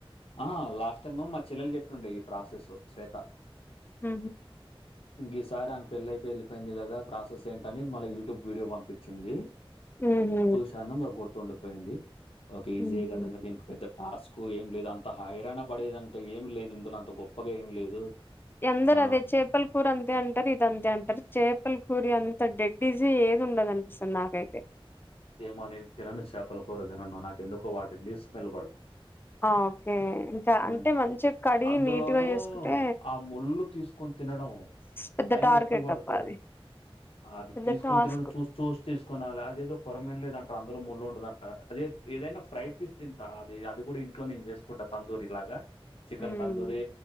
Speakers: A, on the left; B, on the left.
A: ఆ లాస్ట్ టైమ్ మా చెల్లెలు చెప్తుండే ఈ ప్రాసెస్ శ్వేత
B: హు
A: ఈ సారి ఆమె పెళ్లి అయిపోయి వెళ్ళిపోయింది కదా ప్రాసెస్ ఏంటని మళ్ళ యూటూబ్ వీడియో పంపించింది
B: హుహు.
A: చూశాను ఇంకా గుర్తుండిపోయింది ఓకే
B: హుహు.
A: ఈజీ కద దీనికి పెద్ద టాస్క్ ఏం లేదు అంత హైరాణ పడేదంత ఏం లేదు ఇందులో అంత గొప్పగా ఏం లేదు
B: ఎందరు
A: ఆ
B: అదే చేపల్ కూర అంతే అంటారు ఇది అంతే అంటారు చేపల్ కూరి అంత డెడ్ ఈజీ ఏది ఉండదు అనిపిస్తుంది నాకైతే
A: ఏమో నేను తినను చాపలు కూర తినను నాకకెందుకో వాటిది స్మెల్ పడదు
B: ఆ! ఓకే. ఇంకా
A: ఆ
B: అంటే మంచిగా కడిగి
A: అందులోనూ
B: నీట్‌గా చేసుకుంటే
A: ఆ ముళ్ళు తీసుకు కుని తినడం
B: పెద్ద
A: టైం
B: టార్గెట్
A: ఎక్కువ పడతది
B: అబ్బా అది.
A: అది
B: పెద్ద
A: తీసుకొని
B: టాస్క్.
A: తినడం చూసి చూసి తీసుకొనాలి అదేదో కొరమీను లేదంటారు అందులో ముళ్ళ ఉండదంట అది ఏదైనా ఫ్రై పీస్ తింటా అది అది కూడా ఇంట్లో నేను చేసుకుంటా తందూరి లాగా చికెన్
B: హ్మ్.
A: తందూరి